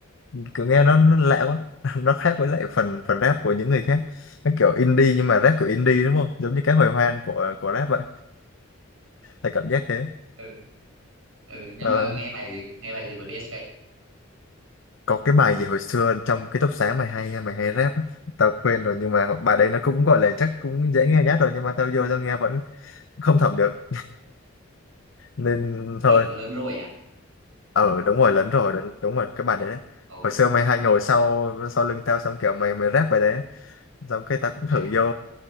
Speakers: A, on the left (about 65°); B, on the right (about 85°).
A: kiểu nghe nó, nó lạ quá. <laughs> Nó khác với lại phần phần rap của những người khác. Nó kiểu indie nhưng mà rap kiểu indie đúng không? Giống như cái hồi hoang của của rap vậy. Tao cảm giác thế.
B: ừ ừ nhưng
A: Ờ,
B: mà nghe bài gì nghe bài gì của DSK
A: có cái bài gì hồi xưa trong ký túc xá mày hay mày hay rap á. tao quên rồi nhưng mà bài đấy nó cũng gọi là chắc cũng dễ nghe nhất rồi nhưng mà tao vô tao nghe vẫn không thẩm được nên
B: lớn
A: thôi
B: lớn rồi à
A: ờ đúng rồi lấn rồi đúng đúng rồi cái bài đấy đấy
B: ồ
A: hồi xưa mày hay ngồi sau sau lưng tao xong kiểu mày mày rap bài đấy xong cái tao cũng thử
B: à
A: vô